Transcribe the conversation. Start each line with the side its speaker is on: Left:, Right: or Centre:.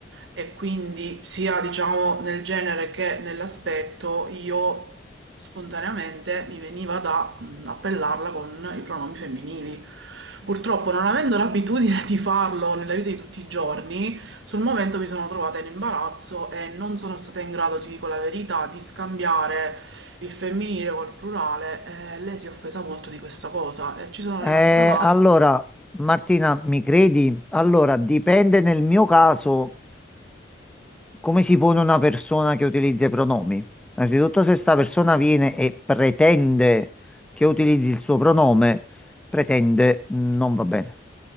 Right: e quindi sia, diciamo, nel genere che nell'aspetto, io spontaneamente mi veniva da mm, appellarla con i pronomi femminili. Purtroppo, non avendo l'abitudine di farlo nella vita di tutti i giorni, sul momento mi sono trovata in imbarazzo e non sono stata in grado, ti dico la verità, di scambiare il femminile col plurale e lei si è offesa molto di questa cosa e ci sono
Centre: Eh,
Right: rimasta male.
Centre: allora, Martina, mi credi? Allora, dipende nel mio caso come si pone una persona che utilizza i pronomi. Innanzitutto, se sta persona viene e pretende che utilizzi il suo pronome, pretende, mh, non va bene.